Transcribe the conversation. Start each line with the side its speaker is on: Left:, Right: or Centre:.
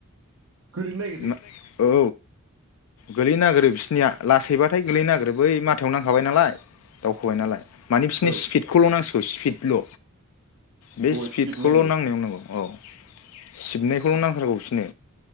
Right: गोलैनो नागिरो
Left: ना औ गोलैनो नागिरो बिसोरनिया लासैबाथाय गोलैनो नागिरो बै मा थायाव नांखाबाय नालाय दावखोबाय नालाय माने बिसोरनि
Right: औ
Left: स्पिदखौल' नांसिगौ स्पिडल'
Right: अ
Left: बे स्पिडखौल'
Right: स्पिड नांगौ
Left: नांनायाव नांगौ औ <inaudible> सिबनायखौल' नांथारगौ बिसिनो